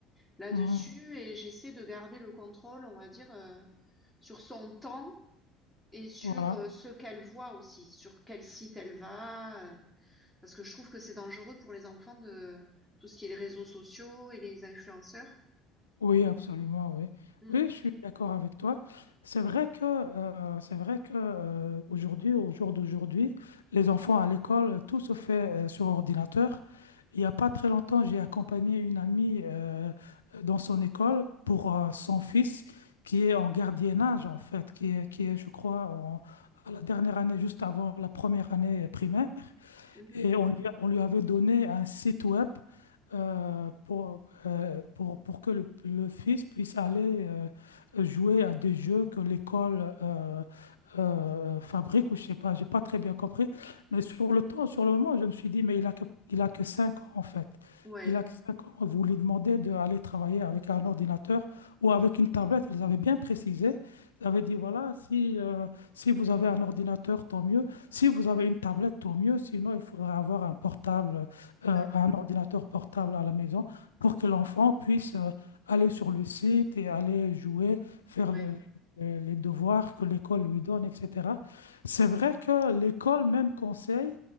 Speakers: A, in the centre; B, on the left.
A: là-dessus
B: mhm.
A: et j'essaie de garder le contrôle, on va dire, euh, sur son temps et sur
B: Voilà.
A: euh, ce qu'elle voit aussi, sur quel site elle va, euh, parce que je trouve que c'est dangereux pour les enfants de tout ce qui est les réseaux sociaux et les influenceurs.
B: Oui, absolument, oui.
A: Mm,
B: Oui, je suis d'accord avec toi. C'est vrai que, euh, c'est vrai que euh, aujourd'hui, au jour d'aujourd'hui, les enfants à l'école, tout se fait euh, sur ordinateur. Il n'y a pas très longtemps, j'ai accompagné une amie euh, dans son école pour euh, son fils qui est en gardiennage, en fait, qui est, qui est, je crois, en- à la dernière année, juste avant la première année primaire.
A: mhm.
B: Et on lui, a- on lui avait donné un site web euh, pour, euh, pour, pour que le, le fils puisse aller euh, jouer à des jeux que l'école euh, euh, fabrique, ou je sais pas, j'ai pas très bien compris. Mais sur le temps, sur le moment, je me suis dit, mais il a que, il a que 5 ans en fait.
A: Ouais,
B: Il a que 5 ans. Vous lui demandez d'aller travailler avec un ordinateur ou avec une tablette. Ils avaient bien précisé. Ils avaient dit, voilà, si, euh, si vous avez un ordinateur, tant mieux. Si vous avez une tablette, au mieux. Sinon, il faudrait avoir un portable, euh,
A: d'accord,
B: un ordinateur portable à la maison pour que l'enfant puisse euh, aller sur le site et aller jouer, faire
A: ouais.
B: le- le- les devoirs que l'école lui donne, etc. C'est
A: Mmh.
B: vrai que l'école même conseille,